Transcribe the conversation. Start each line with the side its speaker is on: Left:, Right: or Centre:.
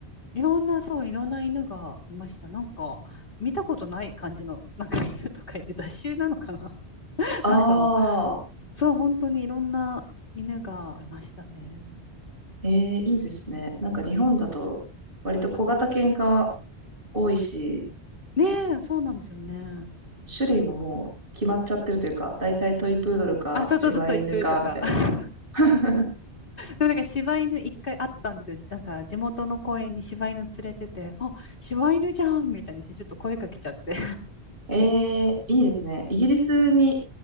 Left: いろんな、そう、いろんな犬がいました。なんか、見たことない感じの、なんか犬とかいて雑種なのかな <laughs>
Right: あ
Left: なんか、
Right: あ、
Left: そう、本当にいろんな犬がいましたね。
Right: ええいいですね。なんか日本だと割と小型犬が多いし、
Left: ねえ、そうなんですよね。
Right: 種類ももう決まっちゃってるというか、だいたいトイプードルか柴犬かみたいな。
Left: あ、そうそうそう、トイプーとか。<laughs>
Right: <laughs>
Left: でもなんか、柴犬一回あったんですよ。なんか、地元の公園に柴犬連れてて、あ、柴犬じゃんみたいにして、ちょっと声かけちゃって。
Right: ええいいですね。イギリスに、